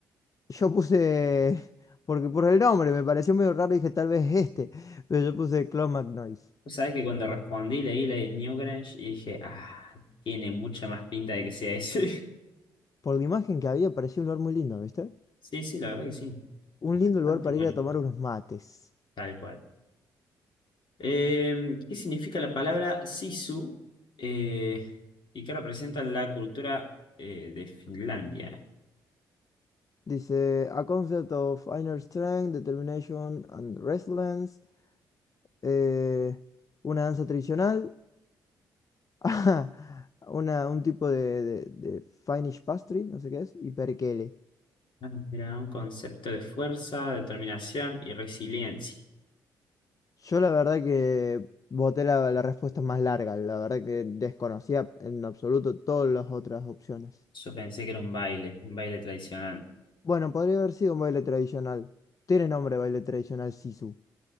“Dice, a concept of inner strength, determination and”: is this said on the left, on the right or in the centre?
Left